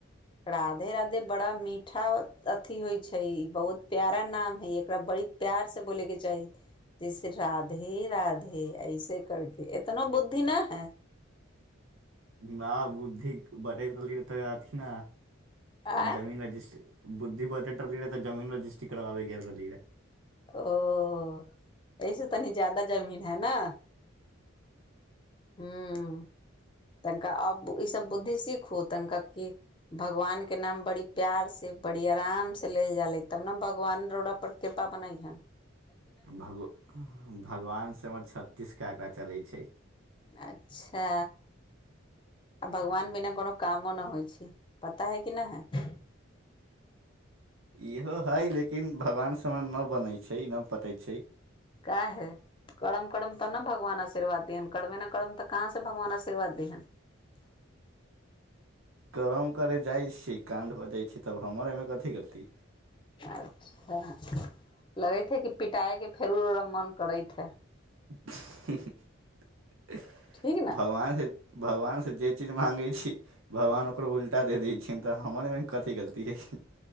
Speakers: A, on the left; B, on the right.
A: राधे-राधे बड़ा मीठा अथि होइ छैय ई बहुत प्यारा नाम हय एकरा बड़ी प्यार से बोलैके चाही। जैसे राधे-राधे ऐसे करके एतनो बुद्धि ना है। <inaudible>
B: न बुद्धि बँटैत रहली तऽ अथी ने
A: आँय
B: जमीन रजिस्ट्र बुद्धि बटैट रहली रहै तऽ जमीन रजिस्ट्री करबाबे गेल रहली रहै।
A: ओ एहि से तनी ज्यादा जमीन है न हूँ। तनिका अब ई सब बुद्धि सीखु तनिका क भगवान के नाम बड़ी प्यार से बड़ी आराम से ले जा ले तब ने भगवान रोरा पर कृपा बनाई हन।
B: भग भगवानसँ हमर छत्तीस के आंकड़ा चलैत छैय।
A: अच्छा आ भगवान बिना कोनो कामो नहि होइ छैय पता है कि नहि है। <inaudible>
B: इहो हइ लेकिन भगवान सममे नहि बनैत छैय नहि पटैत छैय।
A: काहे कड़म करम तऽ ने भगवान आशीर्वाद दिहेन, कड़मे न करम तऽ कहाँ से भगवान आशीर्वाद दिहेन। <inaudible>
B: कड़म करे जाइ छी कांड हो जाइ छैयतब हमर एहिमे कथी गलती।
A: अच्छा लगैत हे कि पिटायके फेरो ओरा मन करैत है।
B: हूँ हूँ
A: ठीक न
B: भगवान से भगवान से जे चीज माँगै छी भगवान ओकरो उल्टा देऽ दै छियनि तऽ हमर एमे कथी गलती हई।